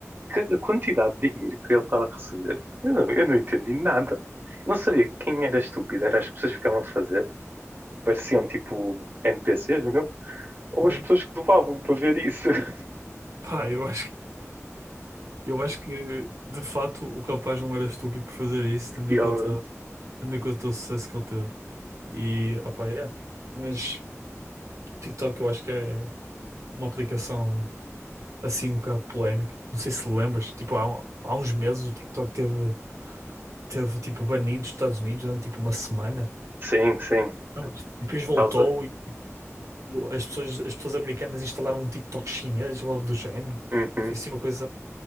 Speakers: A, on the right (about 40°); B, on the right (about 70°).
A: que a quantidade de dinheiro que ele estava a receber, eu não, eu não entendi nada. Eu não sabia quem era estúpido, era as pessoas que ficavam a fazer, pareciam tipo NPCs mesmo, ou as
B: sim.
A: pessoas que doavam para ver isso. <laughs>
B: Pá, eu acho, eu acho que de fato o rapaz não era estúpido por fazer isso, tendo
A: Realmente.
B: em conta, tendo em conta o sucesso que ele teve. E, opá, é. Mas o TikTok eu acho que é uma aplicação assim um bocado polémica. Não sei se lembras, tipo, há, um- há uns meses o TikTok teve, teve tipo banido dos Estados Unidos durante tipo uma semana.
A: Sim, sim,
B: lembras E depois voltou
A: causa.
B: e tipo, as pessoas, as pessoas americanas instalaram um TikTok chinês ou algo do género.
A: Uhum.
B: Foi assim uma coisa,